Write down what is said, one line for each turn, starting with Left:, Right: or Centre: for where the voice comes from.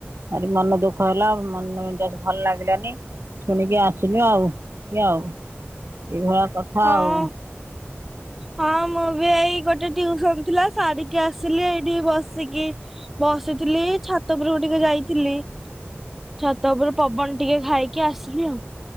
Right: ଭାରି ମନ ଦୁଃଖ ହେଲା ମନ ମିଜାଜ ଭଲ ଲାଗିଲାନି ଶୁଣିକି ଆସ ଶୂନ୍ୟ ଆଉ କିଏ ଆଉ ଏଇଭଳିଆ କଥା
Centre: ହଁ
Right: ଆଉ।
Centre: ହଁ ମୁଁ ବି ଏଇ ଗୋଟେ ଟିଉସନ ଥିଲା ସାରିକି ଆସିଲି ଏଇଠି ବସିକି ବସିଥିଲି ଛାତ ଉପରକୁ ଟିକେ ଯାଇଥିଲି। ଛାତ ଉପରେ ପବନ ଟିକେ ଖାଇକି ଆସିଲି ଆଉ।